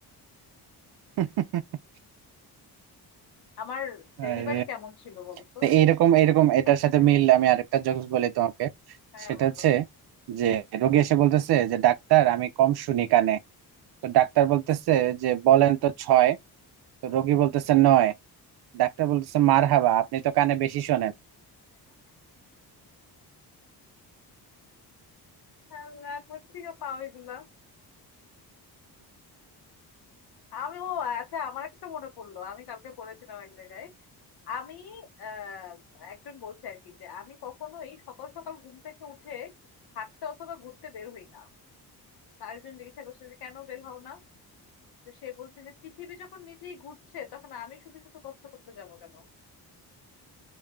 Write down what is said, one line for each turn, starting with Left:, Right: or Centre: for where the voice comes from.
Right: <laughs>
Left: আমার ডেলিভারি
Right: আরে
Left: কেমন ছিল বলো তো
Right: তো এইরকম এইরকম এটার
Left: <laughs>
Right: সাথে মিল আমি আরেকটা জোকস বলি তোমাকে
Left: হ্যাঁ
Right: সেটা
Left: বলো
Right: হচ্ছে যে রোগী এসে বলতেছে যে ডাক্তার আমি কম শুনি কানে তো ডাক্তার বলতেছে যে বলেন তো ছয় তো রোগী বলতেছে নয় ডাক্তার বলতেছে মারহাবা আপনি তো কানে বেশি শোনেন
Left: আল্লাহ কোত্থেকে পাও এগুলা আমি ও আচ্ছা আমার একটা মনে পড়লো আমি কালকে পড়েছিলাম এক জায়গায় আমি আহ একজন বলছে আর কি যে আমি কখনোই সকাল সকাল ঘুম থেকে উঠে হাঁটতে অথবা ঘুরতে বের হই না তার একজন জিজ্ঞাসা করছে যে কেন বের হও না তো সে বলছে যে পৃথিবী যখন নিজেই ঘুরছে তখন আমি শুধু শুধু কষ্ট করতে যাব কেন